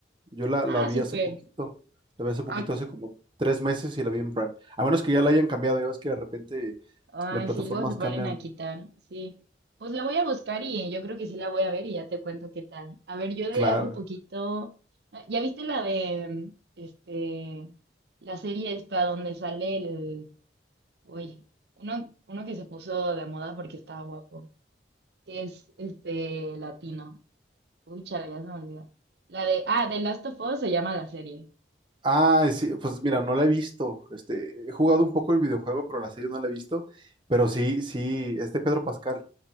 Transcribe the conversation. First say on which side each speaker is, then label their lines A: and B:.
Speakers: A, on the right; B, on the right.
A: Yo la,
B: Ah,
A: la vi
B: súper.
A: hace poquito. La vi hace poquito,
B: Ah,
A: hace como tres meses y la vi en Prime. A menos que ya la hayan cambiado. Ya ves que de repente
B: Ay,
A: las plataformas
B: sí, luego se ponen
A: cambian.
B: a quitar, sí. Pues la voy a buscar y eh, yo creo que sí la voy a ver y ya te cuento qué tal. A ver, yo de
A: Claro.
B: hace poquito, ah, ¿ya viste la de, mm, este, la serie esta donde sale el, uy, uno, uno que se puso de moda porque estaba guapo? que es este latino. Uy, chale, ya se me olvidó. La de, ah, The Last of Us se llama la serie.
A: Ah, sí, pues mira, no la he visto. Este, he jugado un poco el videojuego, pero la serie no la he visto. Pero sí, sí, este Pedro Pascal.